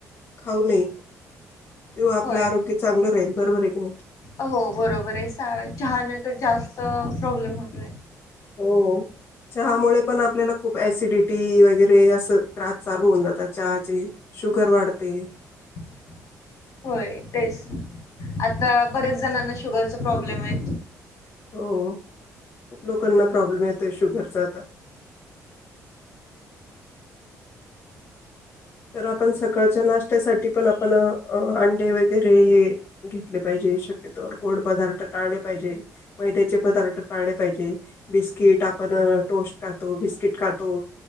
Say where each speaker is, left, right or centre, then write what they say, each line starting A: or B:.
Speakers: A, on the left; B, on the left.
A: खाऊ नये. तेव्हा आपलं
B: होय
A: आरोग्य चांगलं राहील बरोबरे की नई.
B: हो बरोबर आहे सा चहाने तर जास्त प्रॉब्लेम होतोय.
A: हो चहामुळे पण आपल्याला खूप ऍसिडिटी वगैरे असं त्रास चालू होऊन जातात चहाचे. शुगर वाढते.
B: <inaudible> होय तेच आता बऱ्याच जणांना शुगरचे प्रॉब्लेम आहे.
A: हो खूप लोकांना प्रॉब्लेम येतोय शुगरचा आता. तर आपण सकाळच्या नाश्त्यासाठी पण आपण अंडी वगैरे हे घेतले पाहिजे शक्यतोवर गोड पदार्थ टाळले पाहिजे मैद्याचे पदार्थ टाळले पाहिजे. बिस्किट आपण टोस्ट खातो बिस्किट खातो.